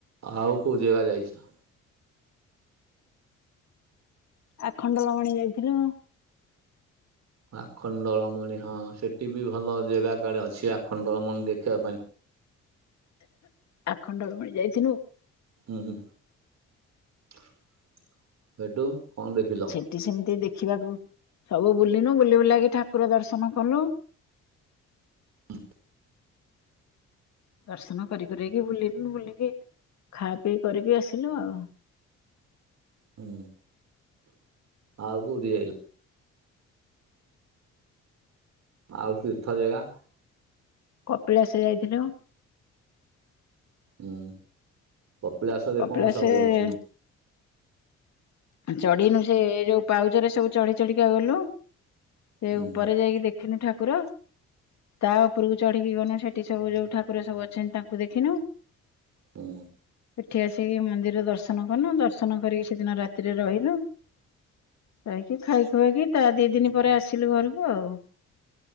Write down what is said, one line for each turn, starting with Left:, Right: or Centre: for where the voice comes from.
Right: ଆଉ କୋଉ ଯିବା ଯାଇଛ?
Left: ଆଖଣ୍ଡଲମଣି ଯାଇଥିଲୁ।
Right: ଆଖଣ୍ଡଳମଣି ହଁ ସେଠି ବି ଭଲ ଜାଗା କାଡେ ଅଛି ଆଖଣ୍ଡଳମଣି ଦେଖିବା ପାଇଁ।
Left: ଆଖଣ୍ଡଳମଣି ଯାଇଥିଲୁ।
Right: ହୁଁ ହୁଁ, ସେଇଠୁ କଣ ଦେଖିଲ?
Left: ସେଠ ସେମିତି ଦେଖିବାକୁ ସବୁ ବୁଲିନୁ ବୁଲି ବୁଲାକି ଠାକୁର ଦର୍ଶନ କଲୁ।
Right: ହ୍
Left: ଦର୍ଶନ କରି କରକି ବୁଲୁ ବୁଲିକି ଖାଆ ପିଇ କରିକି ଆସିଲୁ ଆଉ।
Right: ହୁଁ। ଆଉ କୋଉଠି ଯାଇଲ? ଆଉ ତୀର୍ଥ ଜାଗା?
Left: କପିଳାସ ଯାଇଥିଲୁ।
Right: ହୁଁ ପପିଳାସରେ
Left: କପିଳାସ
Right: କଣ ସବୁ ଅଛି?
Left: ଚଢିନୁ ସେ ଏଇ ଯୋଉ ପାଉଚ ରେ ସବୁ ଚଢି ଚଢିକା ଗଲୁ। ସେ
Right: ହୁଁ
Left: ଉପରେ ଯାଇକି ଦେଖିନୁ ଠାକୁର ତା ଉପରକୁ। ଚଢିକି ଗନୁ ସେଠି ସବୁ ଯୋଉ ଠାକୁର ସବୁ ଅଛନ୍ତି ତାଙ୍କୁ ଦେଖିନୁ।
Right: ହୁଁ।
Left: ଏଠି ଆସିକି ମନ୍ଦିର ଦର୍ଶନ କନୁ ଦର୍ଶନ କରିକି ସେଦିନ ରାତି। ରାତିରେ ରହିଲୁ ରହିକି ଖାଇ ଖୁଆଇକି ତା ଦି ଦିନି ପରେ ଆସିଲୁ ଘରକୁ ଆଉ।